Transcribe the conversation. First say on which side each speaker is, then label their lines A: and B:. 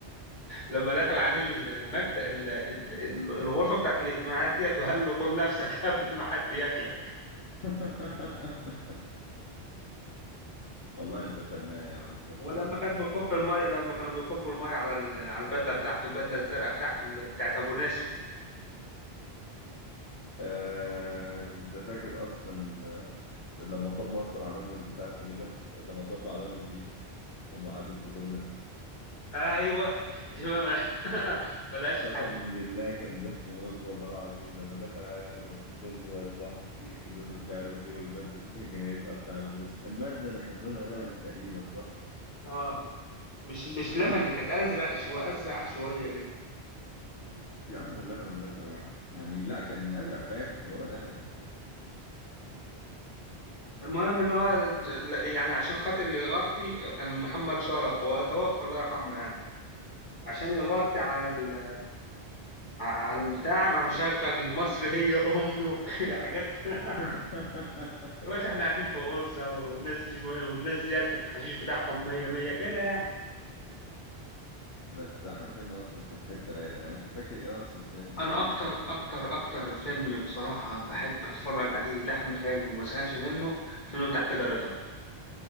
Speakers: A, on the left (about 45°); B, on the left (about 70°).
A: لما دخل عليه المكتب الغرفة بتاعت الاجتماعات ديت وقال له كل نفسك قبل ما حد ياكلك
B: <laughs> والله انت فنان يا عم قسما
A: ولما
B: بالله
A: كان بيكب المية لما كانوا بيكبوا المية على ال- على البدلة بتاعته البدلة الزرقاء بتاعته ال- بتاعت أبو نسمة
B: آه، انت فاكر اصلا آه، لما طبق اصلا عليهم البتاع اسمه ايه ده لما طبق عليهم البوليس وهم قاعدين في الغرزه
A: أيوه دي ما <laughs> ملهاش
B: قسما
A: حل
B: بالله كان ضحك موت والله العظيم لما دخل عليه قال له دول بيوزعوا حشيش ودول مش عارف ايه والماده دي كان كان جايبها بتاع بوس الماده اللي كان لونها لبني تقريبا صح؟
A: اه مش مش لبني
B: هو مين اللي
A: كانت أزرق شوية أزرق شوية كده
B: يا عم هو اللبن والازرق واحد يعني لا كان ازرق فاتح يبقى هو لبني
A: المهم إن هو ل- يعني عشان خاطر يغطي كان محمد شرف وهو توفى الله يرحمه يعني عشان يغطي على ال... ع- على البتاع راح مشغل مصر هي أمي وحاجات <laughs>
B: <laughs>
A: يا باشا احنا قاعدين في غرزة والناس دي والناس ديت الحشيش بتاعهم مية مية كده يعني
B: بس احمد حلمي اصلا كان حته رايقه يعني انت فاكر ايه اصلا فين
A: انا
B: تاني
A: اكتر
B: لاحمد
A: اكتر
B: حلمي
A: اكتر فيلم بصراحه بحب اتفرج عليه لاحمد حلمي وما زهقش منه فيلم بتاع كده رضا